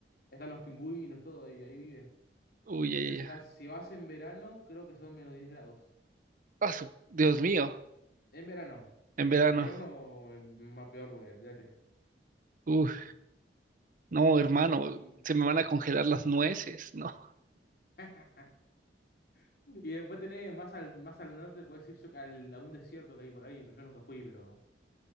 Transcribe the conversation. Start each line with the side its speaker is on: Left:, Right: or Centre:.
Left: Están los pingüinos, todo, y ahí ahí viven.
Right: Uy,
Left: De
Right: ya,
Left: hecho,
Right: ya,
Left: si vas,
Right: ya.
Left: si vas en verano, creo que son menos diez grados.
Right: Ah, su- Dios mío,
Left: En verano. En
Right: en verano.
Left: invierno, en- más peor, olvídate.
Right: Uf, no, hermano,
Left: Y...
Right: se me van a congelar las nueces, no.
Left: <laughs> <laughs> Y después tenés más al, más al norte, puedes ir yo- al- a un desierto que hay por ahí, pero yo nunca fui, pero